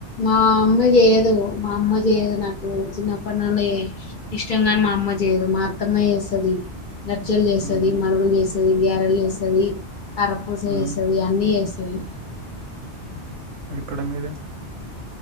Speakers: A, on the left; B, on the right.
A: మా అమ్మ చేయదు మా అమ్మ చేయదు నాకు చిన్నప్పటి నుళ ఇష్టంగా మా అమ్మ చేయదు మాఅత్తమ్మ చేస్తది నర్జలు చేస్తుది
B: హుహు.
A: మడుగులు చేస్తుది గేరెలు చేస్తుంది కర్రపూస
B: హ్మ్.
A: చేస్తుంది అన్నీ చేేస్తు సలి
B: ఎక్కడ మీది